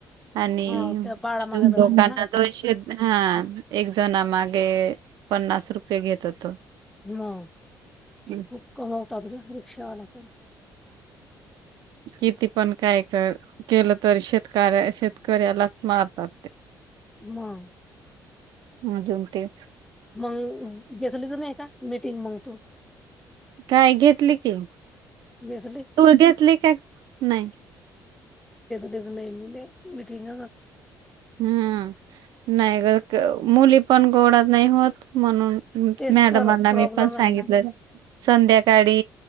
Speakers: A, on the right; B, in the centre.
A: आणि
B: हो त्या भाडा मागत
A: लोकांना
B: असेल ना
A: दोनशे हा एक जना मागे पन्नास रुपये घेत होतो.
B: हम्म
A: हा
B: खूप कमावतात ग रिक्षावाला तर
A: कीती? पण काय कर केलं तरी शेतकऱ्या शेतकऱ्यालाच मारतात ते.
B: <inaudible>
A: हा जेवतेय.
B: मग घेतली तर नाही का मीटिंग मंग तू?
A: काय घेतली की?
B: घेतली
A: तु घेतली काय नाही.
B: दिसने मीटिंग
A: हम्म नाही ग मुली पण गोडत नाही होत म्हणून
B: तेच
A: मॅडमांना
B: तर प्रॉब्लेम
A: मी पण
B: आहे
A: सांगितलं
B: ना
A: संध्या गाडी